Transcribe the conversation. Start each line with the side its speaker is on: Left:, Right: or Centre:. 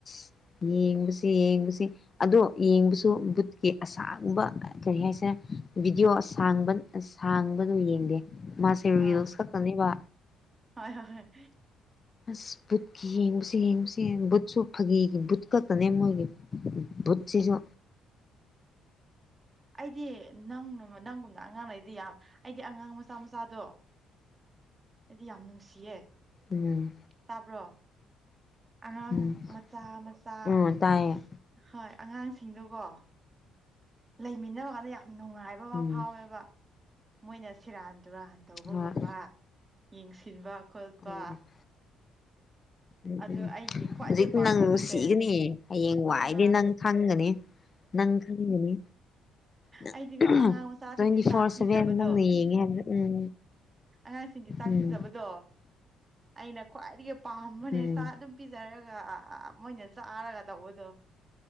Left: <inaudible> ꯌꯦꯡꯕꯁꯤ ꯌꯦꯡꯕꯁꯤ ꯑꯗꯣ ꯌꯦꯡꯕꯁꯨ ꯕꯨꯠꯀꯤ ꯑꯁꯥꯡꯕ ꯀꯔꯤ ꯍꯥꯏꯁꯦ ꯚꯕꯤꯗꯤꯑꯣ ꯑꯁꯥꯡꯕ ꯁꯥꯡꯕꯗꯨ ꯌꯦꯡꯗꯦ ꯃꯥꯁꯦ
Right: ꯑꯥ
Left: ꯔꯤꯜꯁ ꯈꯛꯇꯥꯅꯤꯕ
Right: ꯍꯣꯏ ꯍꯣꯏ
Left: ꯑꯁ ꯕꯨꯠꯀꯤ ꯌꯦꯡꯕꯁꯦ ꯌꯦꯡꯕꯁꯦ ꯕꯨꯠꯁꯨ ꯐꯥꯒꯤꯒꯤ ꯕꯨꯠ ꯈꯛꯇꯅꯦ ꯃꯣꯏꯒꯤ ꯕꯨꯠꯁꯤꯁꯨ
Right: ꯑꯩꯗꯤ ꯅꯪ ꯅꯪꯒꯨꯝꯅ ꯑꯉꯥꯡꯅꯩꯗꯤ ꯌꯥꯝ ꯑꯩꯒꯤ ꯑꯉꯥꯡ ꯃꯆꯥ ꯃꯆꯥꯗꯣ ꯑꯩꯗꯤ ꯌꯥꯝ ꯅꯨꯡꯁꯤꯌꯦ
Left: ꯎꯝ
Right: ꯇꯥꯕ꯭ꯔꯣ ꯑꯉꯥꯡ
Left: ꯎꯝ
Right: ꯃꯆꯥ ꯃꯆꯥ
Left: ꯎꯝ
Right: ꯑꯗꯨꯝ
Left: ꯇꯥꯏꯌꯦ
Right: ꯍꯣꯏ ꯑꯉꯥꯡꯁꯤꯡꯗꯨꯀꯣ ꯂꯩꯃꯤꯟꯅꯕ ꯀꯥꯟꯗ ꯌꯥꯝ ꯅꯨꯡꯉꯥꯏꯕ ꯑꯃ
Left: ꯎꯝ
Right: ꯐꯥꯎꯋꯦꯕ ꯃꯣꯏꯅ ꯁꯦꯔꯥꯟ ꯇꯨꯔꯥꯟ ꯇꯧꯕꯒꯨꯝꯕ
Left: ꯍꯣꯏ
Right: ꯌꯦꯡꯁꯤꯟꯕ ꯈꯣꯠꯄ
Left: ꯎꯝ ꯎꯝ
Right: ꯑꯗꯨ
Left: ꯎꯝ
Right: ꯑꯩꯒꯤ ꯈ꯭ꯋꯥꯏꯗꯩ
Left: ꯍꯨꯖꯤꯛ
Right: ꯄꯥꯝꯖꯕꯁꯦ
Left: ꯅꯪ ꯅꯨꯡꯁꯤꯒꯅꯤ ꯍꯌꯦꯡ ꯋꯥꯏꯗꯤ
Right: ꯑ
Left: ꯅꯪ ꯈꯪꯒꯅꯤ ꯅꯪ ꯈꯪꯒꯅꯤ ꯅꯪ
Right: ꯑꯩꯗꯤꯀꯣ ꯑꯉꯥꯡ ꯃꯆꯥꯁꯤꯡꯁꯦ
Left: ꯇ꯭ꯋꯦꯟꯇꯤ
Right: ꯆꯥꯛ
Left: ꯐꯣꯔ
Right: ꯄꯤꯖꯕꯗꯣ
Left: ꯁꯚꯦꯟ ꯅꯪꯅ ꯌꯦꯡꯉꯦ ꯍꯥꯏꯕꯗꯣ ꯎꯝ
Right: ꯑꯉꯥꯡꯁꯤꯡꯒꯤ ꯆꯥꯛ
Left: ꯎꯝ
Right: ꯄꯤꯖꯕꯗꯣ ꯑꯩꯅ ꯈ꯭ꯋꯥꯏꯗꯒꯤ ꯄꯥꯝꯕꯅꯦ
Left: ꯎꯝ
Right: ꯆꯥꯛ ꯑꯗꯨꯝ ꯄꯤꯖꯔꯒ ꯃꯣꯏꯅ ꯆꯥꯔꯒ ꯇꯧꯕꯗꯣ